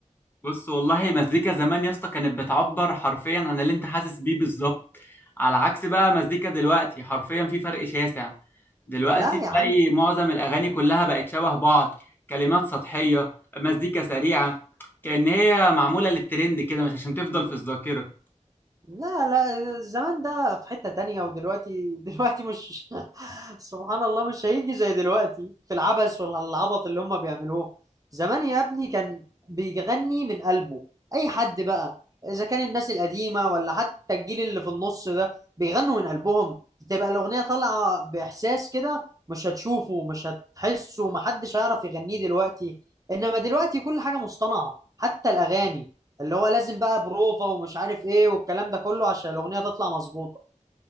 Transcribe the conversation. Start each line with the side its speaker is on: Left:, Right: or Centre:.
Left: بص والله مزيكا زمان يا اسطى كانت بتعبر حرفيا عن اللي انت حاسس بيه بالظبط على عكس بقى مزيكا دلوقتي حرفيا في فرق شاسع دلوقتي
Right: لا
Left: تلاقي
Right: يا عم
Left: معظم الاغاني كلها بقت شبه بعض كلمات سطحيه مزيكا سريعه كأن هي معموله للترند كده مش عشان تفضل في الذاكره
Right: لا لا الزمان ده في حتة تانية ودلوقتي دلوقتي مش <laughs> سبحان الله مش هيجي زي دلوقتي في العبث ولا العبط اللي هم بيعملوه زمان يا ابني كان بيغني من قلبه اي حد بقى اذا كان الناس القديمة ولا حتى الجيل اللي في النص ده بيغنوا من قلبهم تبقى الأغنية طالعة بإحساس كده مش هتشوفه مش هتحسه محدش هيعرف يغنيه دلوقتي انما دلوقتي كل حاجة مصطنعة حتى الأغاني اللي هو لازم بقى بروفا ومش عارف ايه والكلام ده كله عشان الاغنيه تطلع مظبوطه